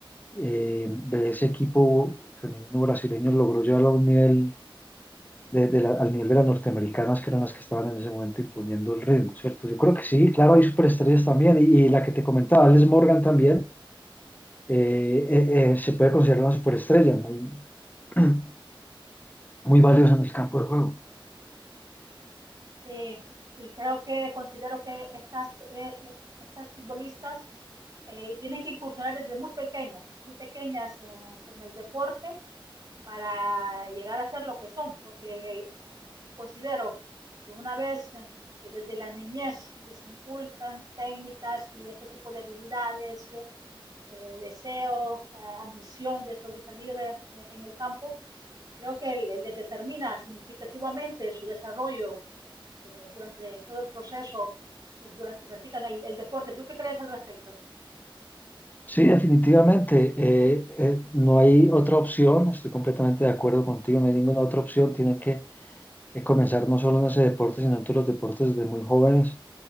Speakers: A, on the left; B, on the right.
A: eh, de ese equipo femenino brasileño logró llevarlo a un nivel de, de la- al nivel de las norteamericanas que eran las que estaban en ese momento imponiendo el ritmo, ¿cierto? Yo creo que sí, claro, hay superestrellas también, y, y la que te comentaba, Alice Morgan también, eh, eh, eh, se puede considerar una superestrella, muy, <clears throat> muy valiosa en el campo de juego.
B: Sí, y creo que considero que estas, eh, eh, estas futbolistas eh, tienen que incursionar desde muy pequeñas, muy pequeñas eh, en el deporte para llegar a ser lo que son, porque Considero que una vez eh, que desde la niñez les inculcan técnicas y este tipo de habilidades, eh, eh, deseo, eh, ambición de sobresalir eh, en el campo, creo que les determina significativamente su desarrollo eh, durante todo el proceso, eh, durante practican el, el deporte. ¿Tú qué crees al respecto?
A: Sí, definitivamente, eh, eh, no hay otra opción, estoy completamente de acuerdo contigo, no hay ninguna otra opción, tienen que eh, comenzar no solo en ese deporte, sino en todos los deportes desde muy jóvenes